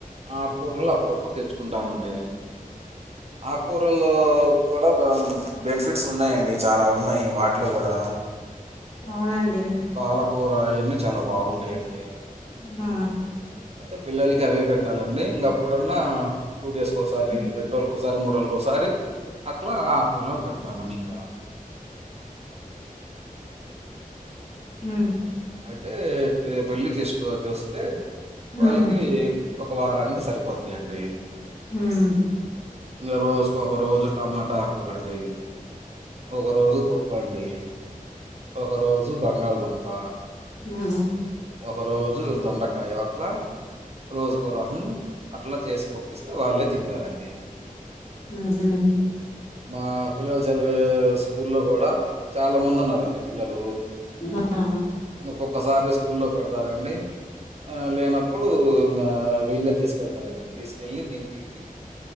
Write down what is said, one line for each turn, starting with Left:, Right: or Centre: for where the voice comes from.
Right: ఆకూర్లు అప్పుడప్పుడు తెచ్చుకుంటామండి ఆకూర్ కులూ కూడా బా బెనిఫిట్స్ ఉన్నాయండి చాలా ఉన్నాయి వాట్లో గూడా
Left: ఆ అండి
Right: పాలకూరా అయాన్నీ చాలా బావుంటాయండి.
Left: ఆ
Right: అయితే పిల్లలకి అవే పెట్టాలండి ఇంగా అప్పుడన్నా టూ డేస్కిసారి
Left: ఉమ్
Right: రెన్రోలా కో సారి మూరోల కోసరీ అట్లా ఆ కూరలో పెడ్తామండి ఇంకా
Left: హ
Right: అయితే తే బెల్లి తీస్కో తేస్తే వాళ్ళకీ
Left: ఉమ్
Right: ఒక వారానికి సరిపోతాయండి.
Left: హామ్
Right: ఇంగా రోజు కొకరోజు టమాటా ఆకూరండి ఒక రోజు పప్ పండి ఒక రోజు బంగాల్దుంపా
Left: ఉ
Right: ఒక రోజు దొండకాయా అట్ల రోజు కోరకం అట్లా చేసి పంపిస్తే వాళ్ళే తింటారండి.
Left: ఉహు
Right: మా పిల్లలు చదివే స్కూల్లో గూడా చాలా మంది ఉన్నారండి పిల్లలు
Left: ఆ ఆ
Right: ఒక్కొక్కసారి స్కూల్లో పెడ్తారండి లేన ఇప్పుడు ఇంగ వెళ్ళే తీసుకెళ్తారండి తీ తినిపించి